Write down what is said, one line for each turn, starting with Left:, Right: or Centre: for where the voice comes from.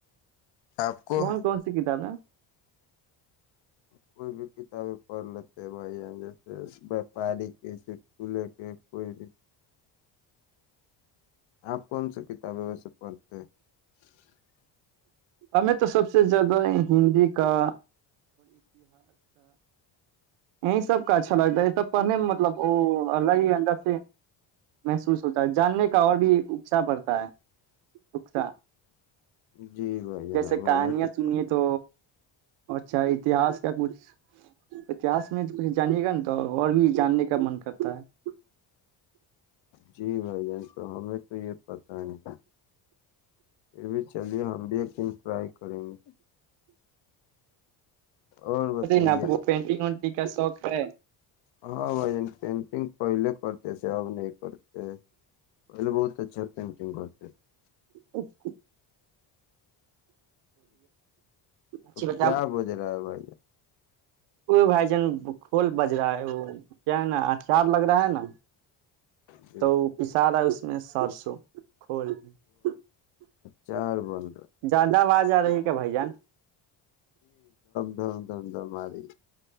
Left: آپ کو
Right: کون کون سی کتابیں
Left: کوئی بھی کتابیں پڑھ لیتے بھائی ج ج <unintelligible> پڑی کے چک لے کے کوئی <unintelligible> آپ کون سی کتابیں ہو سکتے پنتے <unintelligible>
Right: ہمیں تو سب سے زیادہ ہندی کا یہ سب کا اچھا لگتا ہے ب پہنے مطلب وہ اور الگ ہی اندر سے محسوس ہوتا ہے جاننے کا اور بھی اکساہ پڑتا ہے اکسا
Left: جی بھائی جناب
Right: جیسے
Left: ہ
Right: کہانیاں
Left: میں توب
Right: سنیے تو اچھا اتہاس کا کچھ اتحس میں کچھ جانیے گا نا تو اور بھی جاننے کا من کرتا ہے
Left: جی بھائی جان تو ہمیں تو یہ پتاہ نہیں پھر بھی چلیے ہم بھی لیکن ٹرائی کریں گے اور بتائیے
Right: نا آپ کو پینٹنگ وینٹنگ کا شوق ہے
Left: ہاں بھائین پینٹنگ پہلے کرتے صحب نے <unintelligible> ا بہت <unintelligible> تو چ پینٹینگ کرتے <unintelligible>
Right: اکے <unintelligible> اچھی
Left: تو
Right: بات
Left: کیا بج رہا ہے بھائی ج
Right: ا بھائی جان کھول بج رہا ہے وہ کیا ہے نا اچار لگ رہا ہے نا
Left: جان
Right: تو پس رہا اس <unintelligible> میں سار سو <unintelligible> کھول میں <unintelligible>
Left: چار بند <unintelligible>
Right: زیادہ آاز آ رہی کیا بھائی جان
Left: د دم د ماری